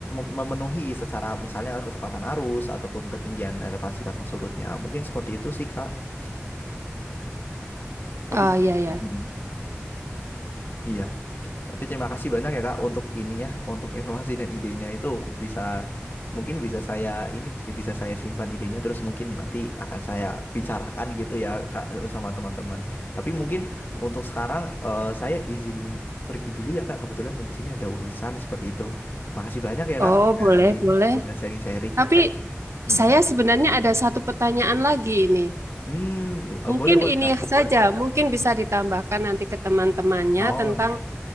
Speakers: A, on the left (about 45°); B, on the right (about 80°).
A: memenuhi secara misalnya kecepatan arus ataupun ketinggian elevasi pasang surutnya. Mungkin seperti itu sih, Kak. Tapi
B: Ah, iya, ya.
A: Mm, iya, tapi terima kasih banyak ya, Kak, untuk ininya, untuk informasi dan idenya itu bisa mungkin bisa saya ini sih bisa saya simpan idenya terus mungkin nanti akan saya bicarakan gitu ya, Kak, sama teman-teman. Tapi mungkin untuk sekarang eh, saya izin pergi dulu ya, Kak. Kebetulan di sini ada urusan seperti itu. Makasih banyak ya,
B: Oh,
A: Kak. Udah
B: boleh,
A: ini,
B: boleh.
A: udah sharing-sharing.
B: Tapi
A: Mm-mm.
B: saya sebenarnya ada satu pertanyaan lagi ini.
A: Hmm, ya- oh,
B: Mungkin
A: boleh boleh
B: ini
A: Kak.
B: saja, mungkin bisa ditambahkan nanti ke teman-temannya
A: Oh
B: tentang,
A: iya.